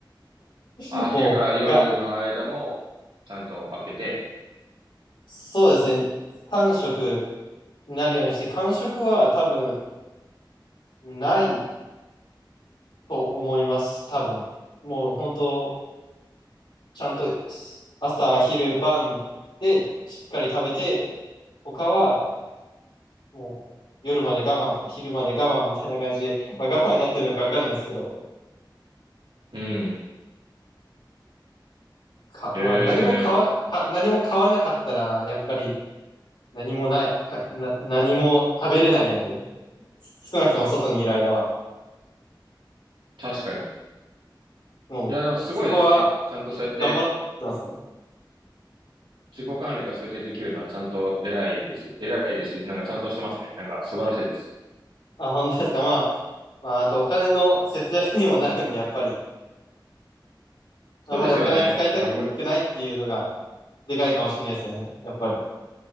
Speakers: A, on the left; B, on the right.
A: <laughs>
B: あ、
A: もう、
B: 昼から夜の間もちゃんと開けて。
A: が、そうですね。3食になるようにして、間食は多分ないと思います。多分。もう本当、ちゃんと朝、昼、晩でしっかり食べて、他はもう夜まで我慢とか昼まで我慢みたいな感じで、まあ、我慢になってるのかわかんないですけど、
B: うん。
A: か、
B: え
A: まあ何も買わ、
B: え、
A: か何も買わなかったら、やっぱり何もない、かな、何も食べれないので、少なくとも外にいる間は。
B: 確かに。
A: もう、
B: いや、でもすごいですね。
A: そこは
B: ちゃんとそうやって、
A: 頑張ってますね。
B: 自己管理がそうやってできるのはちゃんと偉いです。偉いですし。なんかちゃんとしてますね。なんか素晴らしいです。
A: あ、本当ですか。まあ、まあ、あとお金の節約にもなるんで、やっぱり、
B: そうですよね。
A: あまりお金使いたくないっていうのが、
B: ね、む、
A: でかいかもしれないですね。やっぱり。